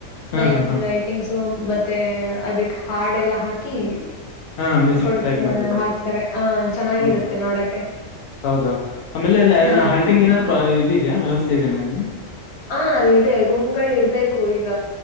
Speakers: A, on the left; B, on the left.
A: ಹಾ
B: ನೈಟ್
A: ಹಾ ಹಾ
B: ಲೈಟಿಂಗ್ಸು ಮತ್ತೆ ಅದಕ್ ಹಾಡೆಲ್ಲ ಹಾಕಿ
A: ಹಾ ಮ್ಯೂಸಿಕ್
B: ಕೊಡ್
A: ಟೈಪ್ ಮಾಡಿರ್ತಾರೆ
B: ಹಾಕ್ತಾರೆ ಆ ಚೆನ್ನಾಗಿರುತ್ತೆ
A: ಹ ಹ
B: ನೋಡಕ್ಕೆ
A: ಹೌದಾ ಆಮೇಲೆ ಅಲ್ಲಿ
B: ಹಾ
A: ಹಂಗೇನಾರು ಇದು ಇದೆಯ ವ್ಯವಸ್ಥೆ ಇದೆನ ಅಲ್ಲಿ
B: ಹ ಅಲ್ಲಿದೆ ರೂಮ್ಗಳು ಇರ್ಬೇಕು ಈಗ